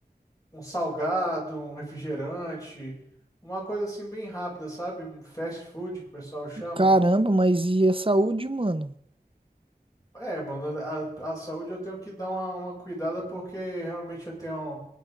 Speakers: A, on the left; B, on the right.
A: um, um salgado, um refrigerante, uma coisa assim bem rápida, sabe? Um fast food que o pessoal chama.
B: Caramba, mas e a saúde, mano?
A: É, mano, a, a saúde eu tenho que dar uma, uma cuidada porque realmente eu tenho